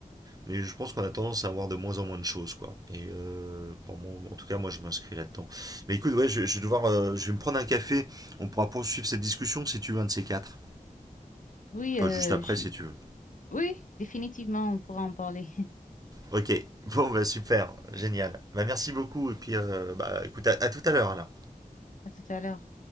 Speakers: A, on the right; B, on the left.
A: Mais je pense qu'on a tendance à avoir de moins en moins de choses, quoi. Et euh, pour moi, en tout cas, moi, je m'inscris là-dedans. Mais écoute, ouais, je, je vais devoir, euh, je vais me prendre un café. On pourra poursuivre cette discussion si tu veux, un de ces quatre.
B: Oui,
A: Enfin,
B: euh,
A: juste après,
B: je
A: si tu veux.
B: Oui, définitivement, on pourra en parler. <laughs>
A: Ok. Bon, bah super, génial. Bah merci beaucoup. Et puis, euh, bah, écoute, à, à tout à l'heure alors.
B: À tout à l'heure.